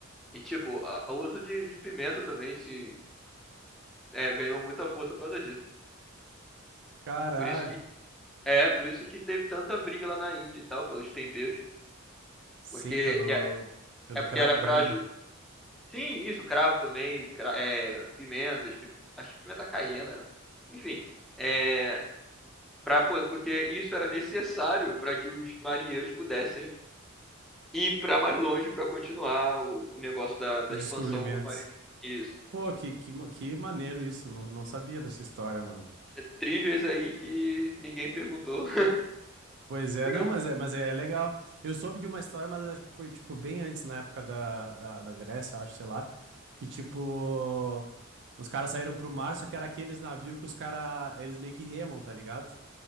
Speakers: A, in the centre; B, on the right.
A: e tipo, a- o uso de, de pimenta também se é, ganhou muita força por causa disso.
B: Caralho.
A: Por isso que, é, por isso que teve tanta briga lá na Índia e tal, pelos temperos.
B: Sim,
A: Porque
B: pelo,
A: que é
B: pelo
A: é porque
B: cravo
A: era pra
B: da Índia.
A: ajudar. Sim, isso, cravo também, cra- é, pimentas, pi- acho que pimenta caiena, enfim, é, pra, po- porque isso era necessário para que os marinheiros pudessem ir para mais longe para continuar o, o negócio da, da
B: Os descobrimentos.
A: expansão marítima. Isso.
B: Pô, que, que, ma- que maneiro isso. Não, não sabia dessa história, mano.
A: É, trivias aí que ninguém perguntou.
B: Pois é,
A: <laughs>
B: não, mas é, mas é é legal. Eu soube de uma história, mas acho que foi, tipo, bem antes, na época da, da, da Grécia, acho, sei lá, que, tipo, os caras saíram pro mar, só que era aqueles navios que os caras, eles meio que remam, tá ligado?